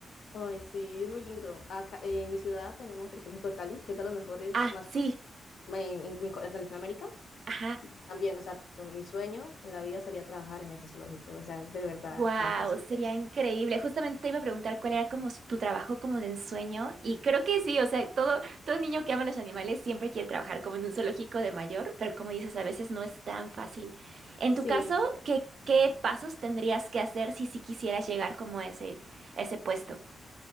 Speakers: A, on the left; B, on the right.
A: Ay, sí, es muy lindo. Acá, eh, en mi ciudad tenemos el Zoológico de Cali, que es de los mejores
B: Ah,
A: más
B: sí,
A: en, en- en Latinoamérica.
B: ajá.
A: Y también, o sea, tipo, mi sueño en la vida sería trabajar en ese zoológico, o sea, es de verdad
B: Wow,
A: fantástico.
B: sería increíble. Justamente te iba a preguntar cuál era como su- tu trabajo como de ensueño y creo que sí, o sea, todo todo niño que ama los animales siempre quiere trabajar como en un zoológico de mayor, pero como dices, a veces no es tan fácil. En
A: Sí,
B: tu caso, ¿qué qué pasos tendrías que hacer si sí quisieras llegar como a ese a ese puesto?